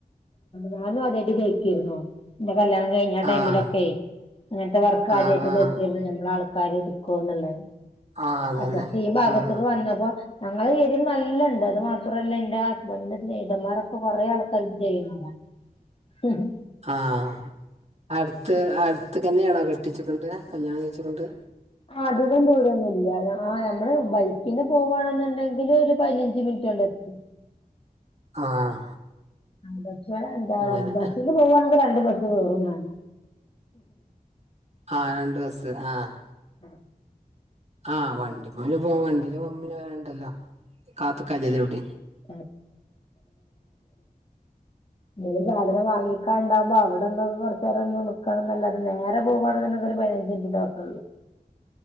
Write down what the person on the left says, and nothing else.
ഞാനും ആദ്യായിട്ട് കേക്കേരുന്നു എന്റെ കല്യാണം കഴിഞ്ഞ ടൈമിലൊക്കെ
അങ്ങനത്തെ വർക്ക് ആദ്യായിട്ട്
കേൾക്കേരുന്നു ഞമ്മളാൾക്കാര്. കോന്നുള്ളെ
ഓകെ ഈ ഭാഗത്തക്ക്
വന്നപ്പോ ഞങ്ങള ഏരിയേൽ നല്ല്ണ്ട് അത് മാത്രല്ല എന്റെ ഹസ്ബന്റ് സ്നേഹിതന്മാറൊക്കെ കൊറേ ആൾക്കാരിത് ചെയ്യുന്നോരാ ഹ്ഹ്
ആഹ് അധികം ദൂരൊന്നുല്ല്യ ആ ഞമ്മള് ബൈക്കിന്ന് പോവാണ് ണെങ്കില് ഒരു പയ്നഞ്ച് മിനിറ്റ് കൊണ്ടെത്തും.
പക്ഷേ എന്താ
ബസ്സില് പോവാണെങ്കി രണ്ട് ബസ് കേറും വേണം.
ആഹ്
<unintelligible> നി സാധനം വാങ്ങി കണ്ടാവുമ്പോ അവിടൊന്ന്ന് കുറച്ചേരം നിക്കണന്നല്ലാതെ നേരെ പോവാണേ ഒരു പതിനഞ്ച് <unintelligible>